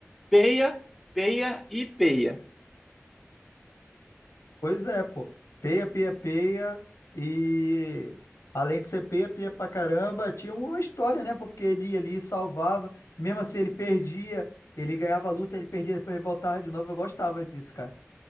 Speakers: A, in the centre; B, on the left.
A: Peia, peia e peia.
B: Pois é, pô. Peia, peia, peia. E além de ser peia, peia pra caramba, tinha uma história, né, pô? Porque ele ia ali salvava. Mesmo assim, ele perdia, ele ganhava a luta, ele perdia, depois ele voltava de novo. Eu gostava disso, cara.